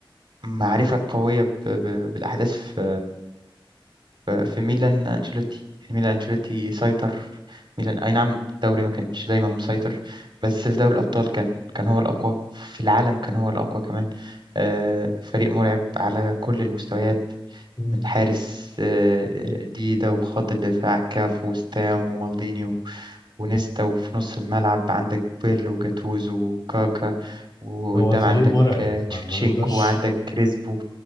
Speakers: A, on the right (about 55°); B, on the left (about 45°).
A: معرفة قوية ب- ب- بالأحداث في في ميلان أنشيلوتي يعني ميلان أنشيلوتي سيطر ميلان أي نعم الدوري ما كانش دايما مسيطر بس في دوري الأبطال كان كان هو الأقوى في العالم كان هو الأقوى كمان آه، فريق مرعب على كل المستويات
B: مم.
A: من الحارس آه، ديدا وخط الدفاع كاف وستام ومالديني و- ونيستا وفي نص الملعب عندك بيرلو وجاتوزو وكاكا وقدام
B: هو فريق
A: عندك
B: مرعب
A: آه،
B: ما,
A: تشفتشينكو
B: ما نقدرش
A: وعندك كريسبو